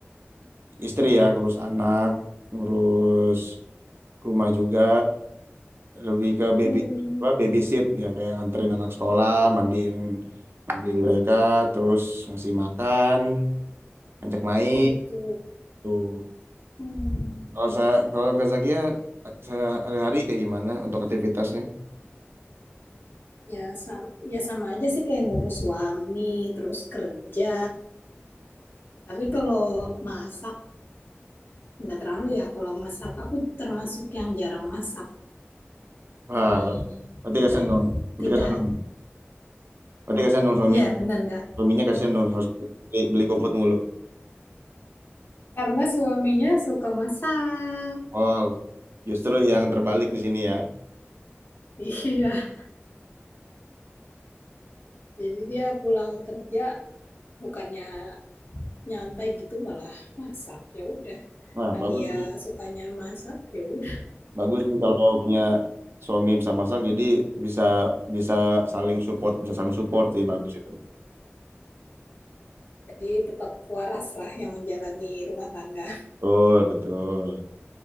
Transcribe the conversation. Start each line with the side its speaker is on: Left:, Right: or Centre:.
Right: istri ya, ngurus anak, ngurus rumah juga, lebih ke baby
Left: Hmm,
Right: apa babysit ya kayak nganterin anak sekolah, mandiin mandiin mereka, terus ngasih makan, ajak main
Left: oh gitu.
Right: tuh.
Left: Hmm,
Right: Kalau saya, kalau Kak Zakia, saya hari-hari kayak gimana untuk aktivitasnya?
Left: ya, sama, ya sama aja sih kayak ngurus suami, terus kerja. Tapi kalau masak nggak terlalu ya. Kalau masak aku termasuk yang jarang masak.
Right: Wah,
Left: Nah,
Right: ber- berarti
Left: tidak,
Right: kasihan dong. Berarti
Left: tidak.
Right: kasihan dong. Berarti kasihan dong suaminya.
Left: Ya benar nggak?
Right: Suaminya kasihan dong harus beli, beli GoFood mulu.
Left: Karena suaminya suka masak.
Right: Oh, justru yang terbalik di sini ya.
Left: <laughs> Iya. Jadi dia pulang kerja bukannya nyantai gitu malah masak ya udah
Right: Wah,
Left: nah
Right: bagus
Left: dia
Right: sih.
Left: sukanya masak ya udah
Right: Bagus sih kalau punya suami bisa masak jadi bisa bisa saling support, bisa saling support sih bagus itu.
Left: jadi tetap waras lah yang menjalani rumah tangga
Right: Betul, betul.